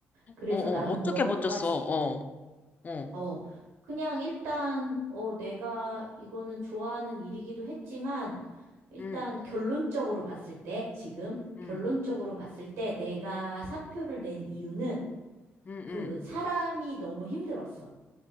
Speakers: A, on the right (about 90°); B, on the left (about 35°).
A: 그래서
B: 어, 어,
A: 나는
B: 어떻게
A: 너가
B: 버텼어,
A: 지금,
B: 어, 어.
A: 어, 그냥 일단, 어, 내가 이거는 좋아하는 일이기도 했지만 일단
B: 응,
A: 결론적으로 봤을 때, 지금
B: 응,
A: 결론적으로 봤을 때 내가 사표를 낸 이유는
B: 응,
A: 그
B: 응.
A: 사람이 너무 힘들었어.